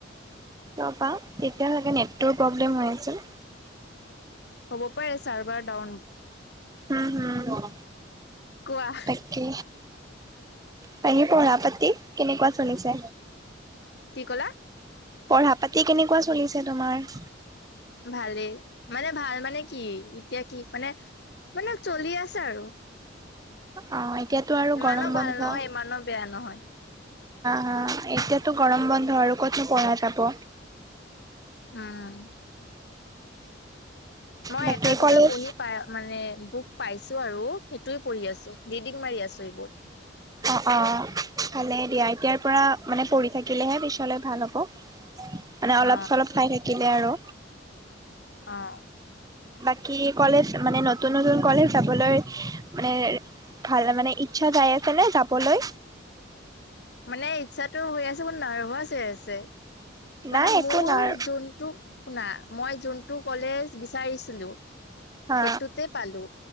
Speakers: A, on the right (about 20°); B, on the left (about 60°).
A: তাৰ পৰা তেতিয়ালৈকে নেট টোৰ প্ৰব্লেম হৈ আছিল।
B: হ'ব পাৰে চাৰ্ভাৰ ডাউন।
A: হম হম।
B: কোৱা।
A: তাকে। বাকী পঢ়া পাতি কেনেকুৱা চলিছে?
B: কি ক'লা?
A: পঢ়া পাতি কেনেকুৱা চলিছে তোমাৰ?
B: ভালেই, মানে ভাল মানে কি এতিয়া কি মানে মানে চলি আছে আৰু।
A: অঁ এতিয়াতো আৰু
B: ইমানো
A: গৰম বন্ধ
B: ভাল নহয়
A: হা
B: ইমানো বেয়া নহয়
A: হা, এতিয়াতো গৰম বন্ধ আৰু কতনো পঢ়া যাব।
B: উম। মই
A: বাকী
B: এটা দুটা
A: কলেজ
B: বহি মানে বুক পাইছো আৰু সেইটোয়ে পঢ়ি আছো, ৰিডিং মাৰি আছো এইবোৰ।
A: অঁ অঁ ভালে দিয়া, এতিয়াৰ পৰা মানে পঢ়ি থাকিলেহে পিছলে ভাল হ'ব। মানে অলপ
B: অ
A: অলপ চাই থাকিলে আৰু।
B: অ'।
A: বাকী কলেজ মানে নতুন নতুন কলেজ যাবলৈ মানে ভাল মানে ইচ্ছা যাই আছে নে যাবলৈ?
B: মানে ইচ্ছাতো হৈ আছে বহুত নাৰ্ভাছ হৈ আছে। মানে
A: নাই
B: মোৰ
A: একো নাই
B: যোনটো শুনা মই যোনটো কলেজ বিচাৰিছিলোঁ
A: হা।
B: সেইটোতে পালো,